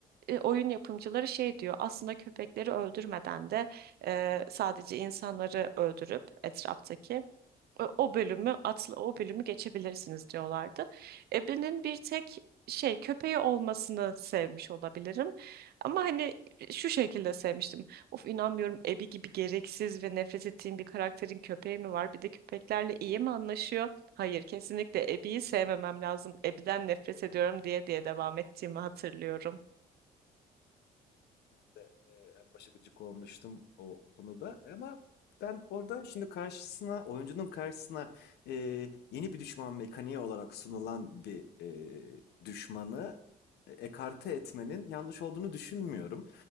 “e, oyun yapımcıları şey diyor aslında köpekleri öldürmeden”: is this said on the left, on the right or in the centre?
Right